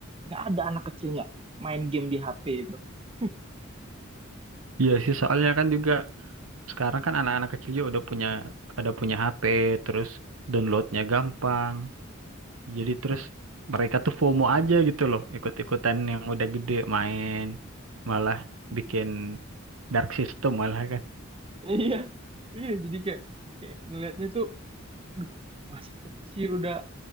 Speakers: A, on the right; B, on the right.
A: nggak ada anak kecil nggak main game di HP itu. <laughs>
B: Iya sih, soalnya kan juga sekarang kan anak-anak kecil juga udah punya ada punya HP, terus downloadnya gampang. Jadi terus mereka tuh FOMO aja gitu loh, ikut-ikutan yang udah gede main, malah bikin dark system malah kan.
A: Iya, iya jadi kayak, kayak ngelihatnya tuh, aduh masih kecil udah